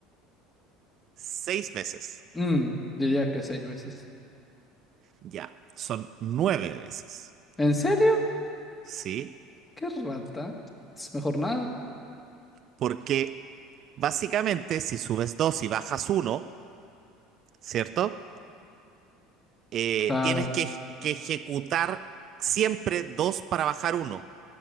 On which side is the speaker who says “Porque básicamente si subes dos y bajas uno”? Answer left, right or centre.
Right